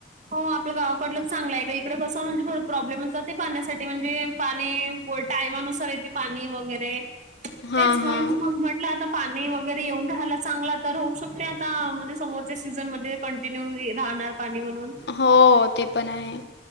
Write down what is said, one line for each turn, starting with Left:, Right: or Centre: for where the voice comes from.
Right: हो आपल्या गावाकडलं चांगलं आहे का? इकडें कसं म्हणजे थोड प्रॉब्लेम जाते पाण्यासाठी म्हणजे पाणी होय, टायमानुसार येते पाणी वगैरे
Left: हां,
Right: तेच म्हणून
Left: हां.
Right: मग आता पाणी वगैरे येऊन राहायला चांगला तर होऊ शकते आता, म्हणजे समोरच्या सीझनमध्ये कंटिन्यू राहणार पाणी म्हणून
Left: हो ते पण आहे,